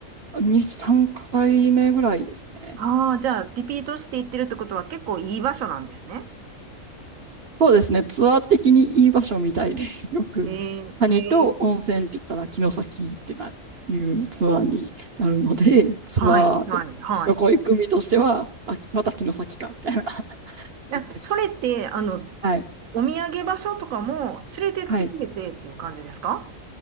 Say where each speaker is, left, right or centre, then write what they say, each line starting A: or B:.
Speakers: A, on the right; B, on the right.
A: かに3回目ぐらいですね。
B: あー、じゃあ、リピートして行ってるってことは結構いい場所なんですね。
A: そうですね。ツアー的にいい場所みたいで、<laughs> よく谷と温泉って言ったら城崎ってな、
B: へえ、へえ。
A: いうツアーになるので、ツアーで旅行行く身としては、
B: はい、はい、は
A: あ、また城崎かみたいな感
B: い。え、
A: じです。
B: それって、あの、
A: はい。
B: お土産場所とかも連れてってくれてっていう感じですか
A: はい。